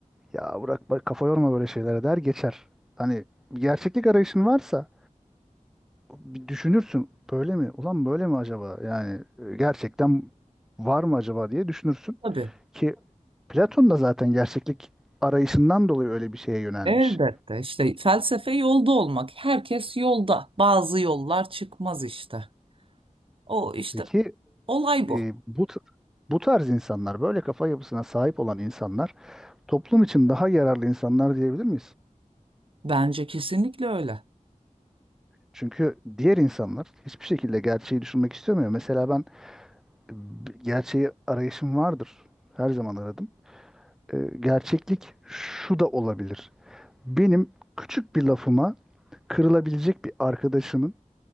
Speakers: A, in the centre; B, on the right.
A: ya bırak bak kafa yorma böyle şeylere der geçer. Hani gerçeklik arayışın varsa bir düşünürsün böyle mi? Ulan böyle mi acaba? Yani e, gerçekten var mı acaba diye düşünürsün
B: Tabii.
A: ki Platon da zaten gerçeklik arayışından dolayı öyle bir şeye yönelmiş.
B: Elbette işte felsefe yolda olmak. Herkes yolda. Bazı yollar çıkmaz işte. O işte
A: Peki
B: olay
A: e,
B: bu.
A: bu t- bu tarz insanlar, böyle kafa yapısına sahip olan insanlar toplum için daha yararlı insanlar diyebilir miyiz?
B: Bence kesinlikle öyle.
A: Çünkü diğer insanlar hiçbir şekilde gerçeği düşünmek istemiyor. Mesela ben e, b- gerçeği arayışım vardır. Her zaman aradım. E, gerçeklik şu da olabilir. Benim küçük bir lafıma kırılabilecek bir arkadaşımın